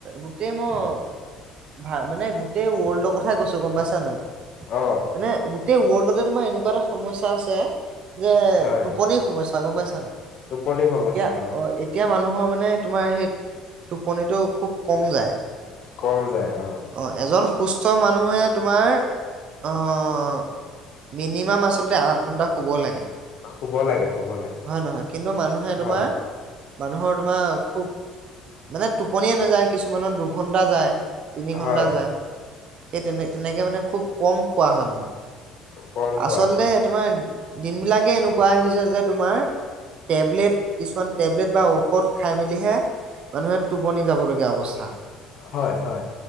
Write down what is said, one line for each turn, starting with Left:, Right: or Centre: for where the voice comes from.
Right: গোটেই ম- ভা মানে গোটেই ৱৰ্ল্ডৰ কথাই কৈছো গম পাইছা নাই?
Left: অ
Right: মানে গোটেই ৱৰ্ল্ডতে তোমাৰ এনেকুৱা এটা সমস্যা আছে যে
Left: হয়।
Right: টোপনিৰ সমস্যা গম পাইছা নাই
Left: টোপনি সমস্যা
Right: এতিয়া অ এতিয়া মানুহৰ। মানে তোমাৰ সেই টোপনিটো খুব কম যায়।
Left: কম যায় অঁ!
Right: অ এজন সুস্থ মানুহে তোমাৰ অঁ! মিনিমাম আচলতে আঠ ঘন্টা শুব লাগে।
Left: শুব লাগে। শুব লাগে
Right: হয় নহয় কিন্তু মানুহে তোমাৰ।
Left: হয়।
Right: মানুহৰ তোমাৰ খুব মানে টোপনিয়ে নাযায় কিছুমানৰ দুঘন্টা যায়। তিনি
Left: হয়
Right: ঘণ্টা যায় সেই তেনে তেনেকে মানে খুব কম খোৱা হয় মানে।
Left: কম খোৱা
Right: আচলতে
Left: হয়
Right: তোমাৰ দিন বিলাকে এনেকুৱা আহিছে যে তোমাৰ। টেবলেট কিছুমান টেবলেট বা ঔষধ খাই মেলিহে মানুহে টোপনি যাবলগীয়া অৱস্থা
Left: হয় হয়